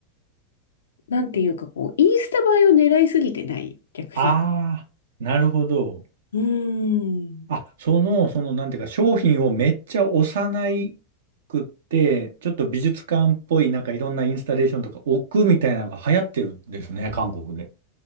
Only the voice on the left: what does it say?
なんていうかこう、インスタ映えを狙いすぎてない、逆に。
うーん。